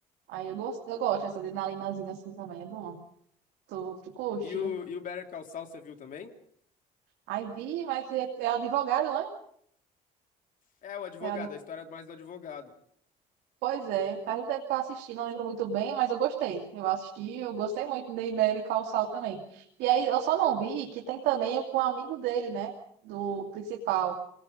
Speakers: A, on the right (about 85°); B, on the left (about 50°).
A: Aí eu gosto, eu gosto dessa adrenalinazinha assim também, é bom. Tu, tu curte?
B: E o, e o Better Call Saul, você viu também?
A: Aí vi, mas é, é advogado, né?
B: É o advogado,
A: Era
B: a história mais do advogado.
A: Pois é, faz um tempo que eu assisti, não lembro muito bem, mas eu gostei. Eu assisti, eu gostei muito de Ibérica ao Sal também. E aí eu só não vi que tem também o com o amigo dele, né? Do principal.